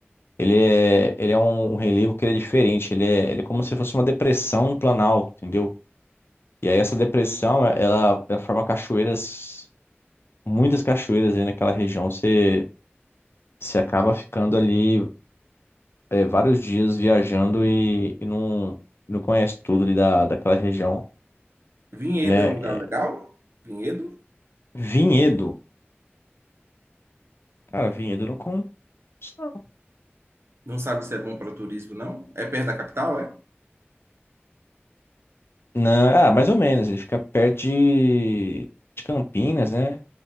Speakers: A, on the left; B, on the right.
A: ele é, ele é um um relevo que ele é diferente. Ele é, ele é como se fosse uma depressão no Planalto, entendeu? E aí essa depressão, é, ela, ela forma cachoeiras, muitas cachoeiras aí naquela região. Você, você acaba ficando ali é, vários dias viajando e, e não, não conhece tudo ali da, daquela região,
B: Vinhedo
A: né?
B: é um lugar
A: É,
B: legal? Vinhedo?
A: Vinhedo. Cara, Vinhedo eu não conheço, não.
B: Não sabe se é bom para turismo, não? É perto da capital, é?
A: Não, é, ah, mais ou menos. Ele fica perto de, de Campinas, né?